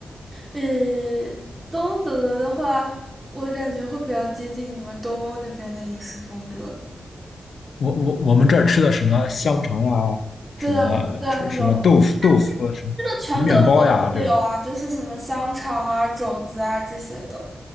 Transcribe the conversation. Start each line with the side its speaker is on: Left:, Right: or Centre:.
Right: 呃，东德的话，我感觉会比较接近你们东欧那边的饮食风格。
Left: 我我我们这儿吃的什么香肠呀，
Right: 对啊，
Left: 什么是什么豆腐豆腐啊什么面包呀这种
Right: 对啊，有。这个全德国都会有啊，就是什么香肠啊、肘子啊这些的。